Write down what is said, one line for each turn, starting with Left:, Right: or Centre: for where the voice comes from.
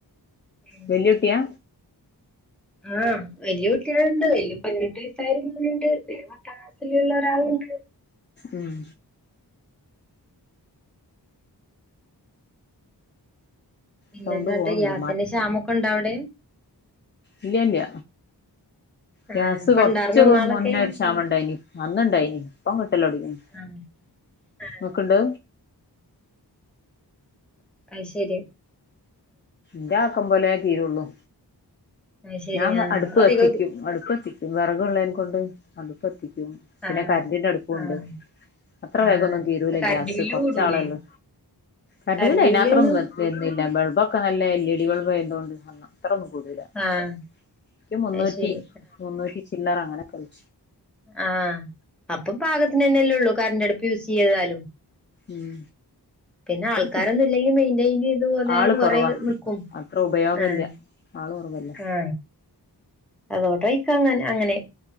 Centre: ഉം
Left: വല്യുട്ട്യാ
Centre: ആഹ് വല്ല്യ കുട്ട്യാൾ ണ്ട് വല്യ പതിനെട്ട് വയസ്സായൊരു മോന്ണ്ട് പത്താം ക്ലാസിലുള്ള ഒരാളുണ്ട്
Left: ഉം
Centre: പിന്നെ
Left: സൗണ്ട്
Centre: ന്താത്ത
Left: പോവ്ണ്ട്
Centre: ഗ്യാസിന്റെ ക്ഷാമൊക്കെ ണ്ടോ അവിടേം
Left: ഇല്ല്യ ല്ല
Centre: ആഹ്
Left: ഗ്യാസ്
Centre: ഇപ്പ
Left: കൊർച്ച്
Centre: ഇണ്ടാർന്നോ ഇന്നാളൊക്കെ
Left: മുന്നെ ഒര് ക്ഷാമണ്ടായിനി
Centre: ഉം
Left: അന്ന് ണ്ടായിനി പ്പം കിട്ടലൊട്ങ്ങീണ്.
Centre: ആഹ് ആഹ്
Left: നോക്ക്ണ്ട്
Centre: അഹ്ശരി
Left: ന്റാക്കം പോലെ തീരുള്ളൂ
Centre: അയ്ശരി
Left: ഞാൻ
Centre: ആഹ്
Left: അടുപ്പ്
Centre: അധികം
Left: കത്തിക്കും അടുപ്പത്തിക്കും പിനെ വിറകുള്ളേയ്നെ കൊണ്ട് അടുപ്പത്തി ക്കും പിന്നെ
Centre: ആഹ്
Left: കരണ്ടിന്റെ അടുപ്പുണ്ട്
Centre: ആഹ്
Left: അത്ര
Centre: ആഹ്
Left: വേഗവൊന്നും തീരൂല്ല
Centre: കറണ്ട്
Left: ഗ്യാസ്
Centre: ബില്ല്
Left: കുറച്ചാളെള്ളൂ
Centre: കൂടൂലേ
Left: കർന്റ്‌
Centre: കറണ്ട്
Left: ബില്ല് അയ്നാത്രം
Centre: ബില്ല്ന്
Left: ഒന്നു വ വര്ന്നില്ല ബൾബാെ ഒക്കെ നല്ല എല്ലീഡി ബൾബായതോണ്ട് അത്രൊന്നും കൂടെ ൻക്ക്
Centre: ആഹ്
Left: മുന്നൂറ്റി
Centre: അത് ശരി
Left: മുന്നൂറ്റി ചില്ലറ അങ്ങ നെക്കൊള്ളു
Centre: ആ അപ്പം പാകത്തിന് തന്നെയല്ലെള്ളു കറന്റടുപ്പ് യൂസ് ചെയ്താലും
Left: ഉം
Centre: പിന്നെ ആൾക്കാരൊന്നും
Left: എടുക്കും
Centre: ഇല്ലെങ്കി മെയിന്റെയിൻ ചെയ്ത് പോന്നാലും
Left: ആള്
Centre: കൊറെ
Left: കുറവാ
Centre: നിക്കും
Left: അത്ര ഉപയോഗല്ല
Centre: ആ
Left: ആള് കുറവല്ലേ
Centre: ആ അതോട്ടെയ്ക്കങ്ങനെ അങ്ങനെ